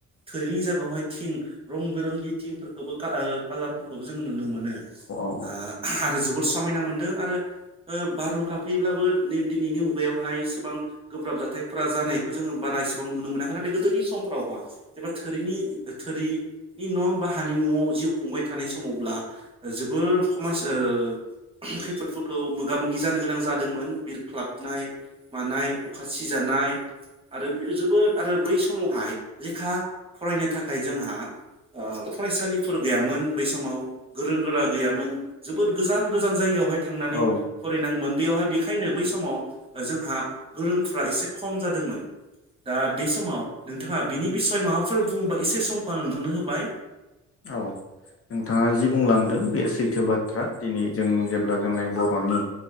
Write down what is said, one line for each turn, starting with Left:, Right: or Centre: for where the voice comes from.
Right: थोरिनि जायगायावहाय थिं रं बिरंगि थिंफोरखौबो ओ खालारफोरखौबो जोंङो नुनो मोनो
Left: औ
Right: आ आरो जोब समायना मोनदों आरो ओ बारहुंखा फैयोब्लाबो नै दिनैनि मुगायावहाय एसेबां गोब्राब जाथायफोरा जानायखौ जोङो बारा एसेबां नुनो मोनाखै नाथाय गोदोनि समफ्रावबा एबा थोरिनि थोरिनि न बा हानि नआव जिउ खुंबाय थानाय समावब्ला जोबोर खमयसा ओ खैफोदफोरखौ मोगा जानो गोनां जादोंमोन बिरख्लाबनाय मानाय अखा सिजानाय आरो जोबोद आरो बै समावहाय लेखा फरायनो थाखाय जोंहा ओ फरायसालिफोर गैयामोन बै समाव गोरों गोरा गैयामोन जोबोद गोजान। जों जायगायावहाय थांनानै
Left: औ
Right: बेयावहाय बेखायनो बै समाव जोंहा गोरोंफ्रा एसे खम जादोंमोन दा बे समाव नोंथाङा बिनि बिसय माबाफोर बुङोबा एसे समखौ आं नोंथांनो होबाय।
Left: औ नोंथाङा जि बुंलांदों बे सैथो बाथ्रा दिनै जों जेब्ला जोंनाय बर'नि